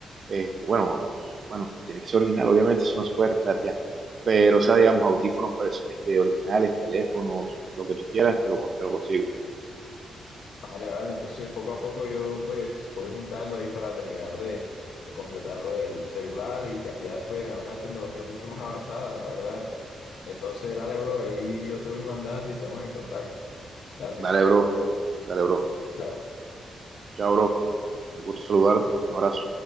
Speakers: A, on the right (about 55°); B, on the left (about 80°).
A: Este, bueno, pues, bueno, tiene que ser original, obviamente, eso no se puede piratear. Pero, o sea, digamos, audífonos pers- este, originales, teléfonos, lo que tú quieras, te lo, con- te lo consigo.
B: Vale, vale, entonces poco a poco yo pues voy juntando ahí para terminar de, de completar lo del celular y cambiar pues a una tecnología mucho más avanzada, la verdad. Entonces dale, bro, ahí yo te voy mandando y estamos en contacto. Gracias.
A: Dale, bro. Dale, bro.
B: Chao.
A: Chao, bro. Un gusto saludarte. Un abrazo.